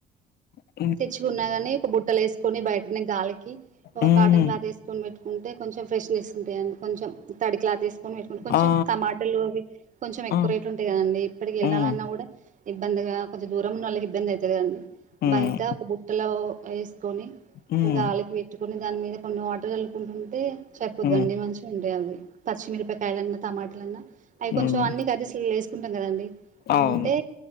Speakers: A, on the left; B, on the right.
A: హా
B: తెచ్చుకున్నా గానీ ఒక బుట్టల ఏసుకొని బయటని గాలికి ఒక
A: హ్మ్
B: కాటన్ క్లాత్ ఏస్ కొని పెట్టుకుంటే కొంచెం ఫ్రెష్నెస్ ఉంటాయండి కొంచెం తడి క్లా తీసుకొని పెట్టుకుంటే కొంచం
A: ఆ
B: టమాటాలు అవి కొంచెం ఎక్కువ
A: ఆ
B: రేట్ ఉంటాయి కదండి ఇప్పటికి ఎళ్ళాలన్నా
A: హ్మ్
B: కూడా ఇబ్బందిగా కొంచెం దూరం ఉన్న వాళ్ళకి ఇబ్బంది అవుతుదిగా అండి
A: హ్మ్
B: బై ట్టాకు బుట్టలో వేసుకొని
A: హ్మ్
B: ఇట్టే గాలికి బె ట్టుకొని దాని మీద కొన్ని వాటర్ జల్లుకుంటుంటే సరిపోద్దండి
A: హ్మ్
B: మంచిగా ఉంటాయి అవి పచ్చిమిరపకాయలన్నా టమాటాలన్నా అవి
A: హ్మ్
B: కొంచెం అన్నీ కర్రీస్లల్లో ఏసుకుంటాం కదండి అవి
A: అవును
B: ఉంటే